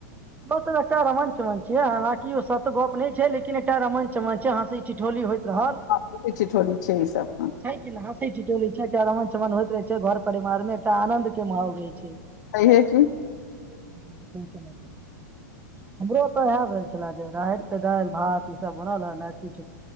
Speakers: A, on the right; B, on the left.
A: सब रहन सहन छिये के ओ सत गप न नहि छै लेकिन एकटा रमण चमन छै हां ई ठिठोली होयइत रहल
B: हँसी ठिठोली छै ई सब
A: लेकिन चटौली छै एकटा रमन चमन होइत रहे छै तेँ घर परिवार मे एकटा आनंद के माहौल रहै छै
B: छय कि
A: <unintelligible> हमरो तऽ इएह भेल छले जे राहरिके दालि भात ईसभ बनल हे ने किछ